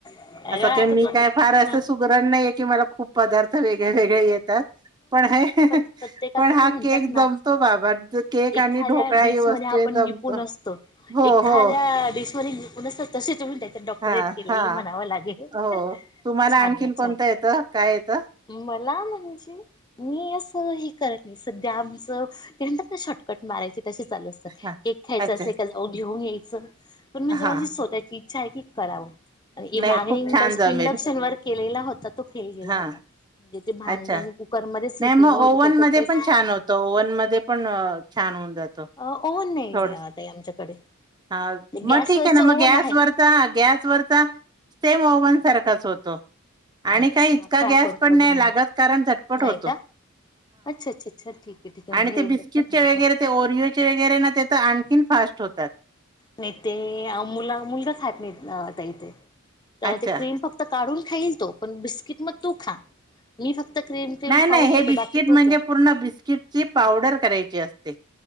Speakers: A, on the left; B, on the right.
A: अरे
B: असं
A: वा आता
B: मी
A: तुम्ही
B: पण काय फार असं सुगरण नाहीे की मला खूप पदार्थ वेगळे वेगळे येतात पण हे,
A: प्रत्येकाच
B: पण
A: तूम्ही
B: हा
A: म्हणतात
B: केक
A: ना
B: जमतो बाबा केक
A: एखाद्या
B: आणि ढोकळा
A: डिश
B: ही वस्तू
A: मध्ये आपण
B: हे जमतो.
A: निपून असतो
B: हो
A: एखाद्या
B: हो
A: डिश मध्ये निपून असतात तसे तू म्हणता डॉक्टरेट
B: हा
A: केले
B: हा
A: म्हणावं लागेल
B: हो तुम्हाला
A: छान
B: आणखीन
A: ना
B: कोणतं
A: छान.
B: येतं काय येतं
A: मला म्हणजे मी अस हे करत नाही सध्या आमचं ते म्हणतात ना शॉर्टकट मारायचे. तसे चालू असतात
B: हा
A: केक खायचं
B: अच्छा
A: असले का घेऊन ये. सर पण मग
B: हा
A: जेव्हा मी शोधायची ईच्छा आहे की करावं.
B: नाही
A: मागे
B: खूप
A: इंड
B: छान जमेल
A: इंडक्शन वर केलेला होता तो फेल गेला
B: हा
A: होता. म्हणजे ते भांड
B: अच्छा
A: मी कुकरमध्येच
B: नाही
A: हे केलं
B: मग
A: होतं
B: ओव्हन
A: त्याच्यात
B: मध्ये
A: काहीच
B: पण छान होतं ओव्हन मध्ये पण छान होवून जातो. सोड
A: ओव्हन नाही ताई आमच्याकडे.
B: हा
A: गॅसवरच
B: मग ठीक आहे ना
A: ओव्हन
B: मग गॅस
A: आहे
B: वरचा गॅस वरचा सेम ओवन सारखाच होतो. आणि
A: अच्छा
B: काही इतका
A: ट्राय
B: गॅस
A: करून
B: पण
A: बघेन
B: नाही लागत.
A: मी
B: कारण झटपट
A: नाही
B: होतो
A: का अच्छा अच्छा अच्छा ठीक आहे ठीक आहे
B: आणि
A: म्हणजे
B: ते
A: हे
B: बिस्किटचे
A: खूप मोठं
B: वगैरे ओरिओचे वगैरे आणखी फास्ट होतात.
A: नाही ते मुला मुलगा खात नाही ताई ते तर
B: अच्छा
A: ते क्रीम फक्त काढून खाईल तो पण बिस्किट मग तू खा. मी फक्त क्रीम क्रीम
B: नाही
A: खाऊन
B: नाही हे
A: घेतो
B: बिस्कीट
A: बाकी तू
B: म्हणजे
A: कर
B: पूर्ण बिस्कीटची पावडर करायची असते